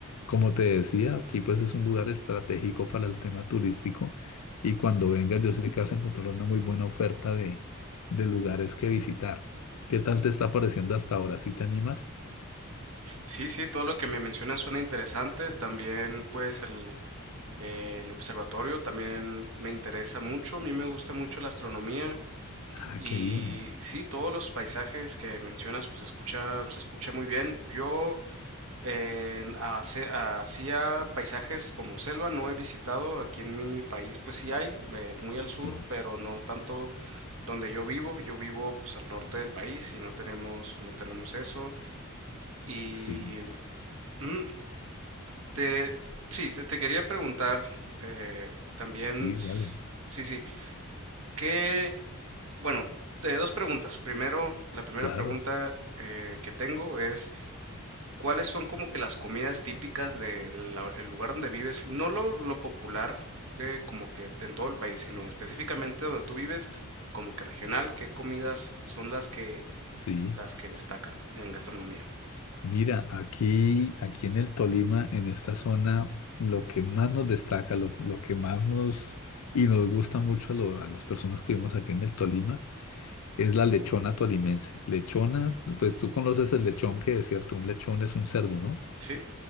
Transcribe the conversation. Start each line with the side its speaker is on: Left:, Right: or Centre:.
Left: Como te decía, aquí pues es un lugar estratégico para el tema turístico y cuando vengas yo sé que vas a encontrar una muy buena oferta de, de lugares que visitar. ¿Qué tal te está pareciendo hasta ahora? ¿Sí te animas?
Right: Sí, sí, todo lo que me mencionas suena interesante. También, pues, el, eh, el observatorio también me interesa mucho. A mí me gusta mucho la astronomía.
Left: Ah,
Right: Y
Left: qué bien.
Right: sí, todos los paisajes que mencionas, pues, escucha, se escucha muy bien. Yo Eh, hace- hacía paisajes como selva, no he visitado, aquí en mi país pues sí hay, eh, muy al
Left: Sí,
Right: sur, pero no tanto donde yo vivo, yo vivo pues al norte del país y no tenemos, no tenemos eso. Y
Left: sí,
Right: mm, te, sí, te, te quería preguntar eh, también,
Left: sí,
Right: s-
Left: dale.
Right: sí, sí, que, bueno, eh, dos preguntas. Primero, la primera
Left: Claro,
Right: pregunta eh, que tengo es... ¿Cuáles son como que las comidas típicas del lugar donde vives? No lo, lo popular, eh, como que en todo el país, sino específicamente donde tú vives, como que regional, ¿qué comidas son las que,
Left: sí.
Right: las que destacan en gastronomía?
Left: Mira, aquí, aquí en el Tolima, en esta zona, lo que más nos destaca, lo, lo que más nos y nos gusta mucho a, lo- a las personas que vivimos aquí en el Tolima es la lechona tolimense. Lechona, pues tú conoces el lechón que es cierto, un lechón es un cerdo, ¿no?
Right: Sí,